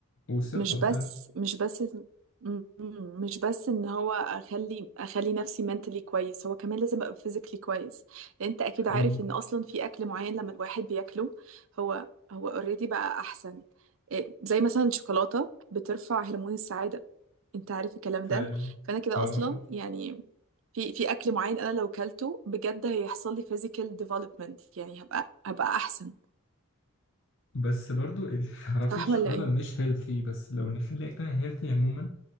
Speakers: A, on the left; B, on the right.
A: وثقة
B: مش بس
A: فعلا
B: مش بس م- م- مش بس ان هو اخلي اخلي نفسي mentally كويس هو كمان لازم ابقى physically كويس لان انت اكيد
A: حقيقي
B: عارف ان اصلا في اكل معين لما الواحد بياكله هو هو اوريدي بقى احسن إيه، زي مثلا الشوكولاته بترفع هرمون السعاده انت عارف الكلام
A: فعلا
B: ده فانا كده
A: اه
B: اصلا
A: اه
B: يعني في في اكل معين انا لو كلته بجد هيحصل لي physical development يعني هبقى هبقى احسن
A: بس برضو ال- <laughs> تعرفي
B: صح
A: الشوكولاتة
B: ولا ايه
A: مش هيلثي بس لو نخلي أكلنا هيلثي عموما